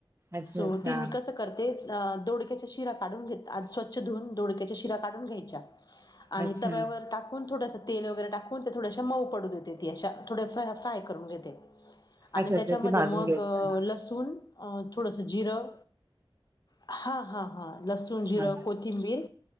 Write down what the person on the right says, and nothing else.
अच्छा
अच्छा.
अच्छा
अच्छा
अच्छा ते भाजून
घ्यायचं हा
हा